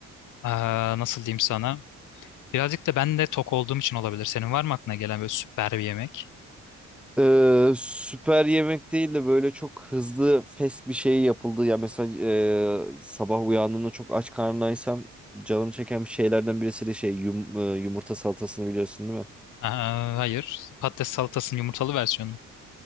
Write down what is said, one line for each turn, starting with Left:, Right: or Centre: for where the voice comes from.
Left: eee, nasıl diyeyim sana? Birazcık da ben de tok olduğum için olabilir. Senin var mı aklına gelen böyle süper bir yemek?
Centre: Ee, süper yemek değil de böyle çok hızlı fast bir şey yapıldı. Ya mesela e, sabah uyandığımda çok aç karnındaysam canım çeken bir şeylerden birisi de şey yum- e, yumurta salatasını biliyorsun değil mi?
Left: Aa, hayır. Patates salatasının yumurtalı versiyonu.